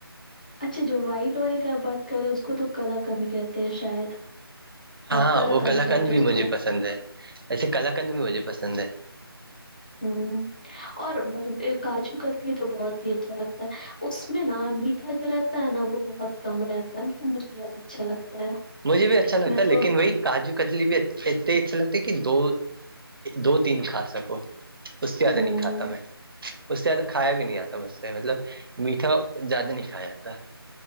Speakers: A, on the left; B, on the right.
A: اچھا جو وائٹ والے کی آپ بات کر رہے اس کو تو کلر کرنے کہتے ہیں شاید
B: ہاں ہاں
A: کلا
B: وہ
A: کند
B: کلاکنند
A: کہتے ہیں
B: بھی
A: اس
B: مجھے
A: کو
B: پسند ہے ایسے کلاکنند بھی مجھے پسند ہے
A: سر اور کاجو کتلی تو بہت ہی اچھا لگتا ہے اس میں نا میٹ اھا جو رہتا ہے نا وہ بہت کم رہتا ہے تو مجھے بہت اچھا لگتا ہے
B: مجھے بھی اچھا لگتا
A: میں
B: ہے
A: تو
B: لن وہی کاجو کتلی بھی ات اچھے لگتے کہ دو دو تین کھا سکو اس سے زیادہ
A: ہوں
B: نہیں کھاتا میں اس سے زیادہ کھایا بھی نہیں آاتا مجھ سے مطلب میٹھا زیادہ نہیں کھایا جاتا